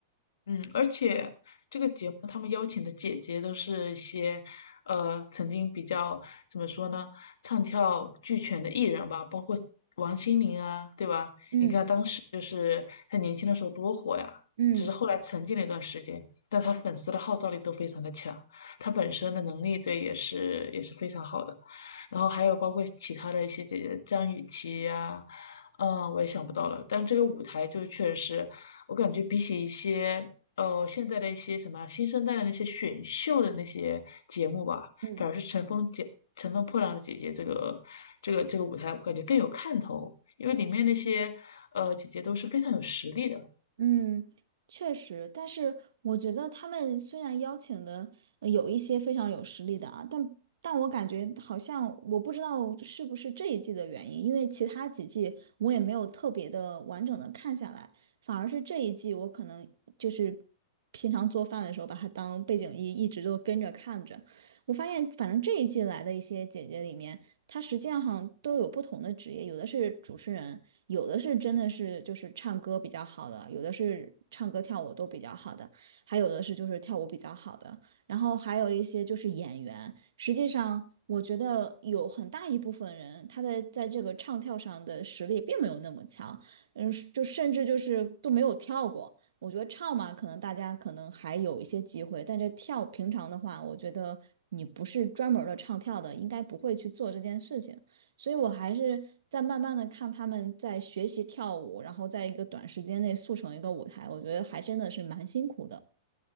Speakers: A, on the left; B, on the right.
A: 嗯，而且这个节目他们邀请的姐姐都是一些，呃，曾经比较怎么说呢，唱跳俱全的艺人吧，包括王心凌啊，对吧？
B: 嗯
A: 你看当时就是她年轻的时候多火呀，
B: 嗯
A: 只是后来沉寂了一段时间，但她粉丝的号召力都非常的强，她本身的能力对也是也是非常好的。然后还有包括其他的一些姐姐，张雨绮呀、嗯，我也想不到了。但这个舞台就确实是，我感觉比起一些呃现在的一些什么新生代的那些选秀的那些节目吧，
B: 嗯
A: 反而是《乘风姐乘风破浪的姐姐》这个这个这个舞台，我感觉更有看头，因为里面那些呃姐姐都是非常有实力的。
B: 嗯，确实，但是我觉得他们虽然邀请的呃有一些非常有实力的啊，但但我感觉好像我不知道是不是这一季的原因，因为其他几季我也没有特别的完整的看下来，反而是这一季我可能就是平常做饭的时候把它当背景音一直都跟着看着，我发现反正这一季来的一些姐姐里面。她实际上好像都有不同的职业，有的是主持人，有的是真的是就是唱歌比较好的，有的是唱歌跳舞都比较好的，还有的是就是跳舞比较好的，然后还有一些就是演员。实际上，我觉得有很大一部分人他的在这个唱跳上的实力并没有那么强，嗯，就甚至就是都没有跳过。我觉得唱嘛，可能大家可能还有一些机会，但这跳平常的话，我觉得你不是专门儿的唱跳的，应该不会去做这件事情。所以我还是在慢慢的看他们在学习跳舞，然后在一个短时间内速成一个舞台，我觉得还真的是蛮辛苦的。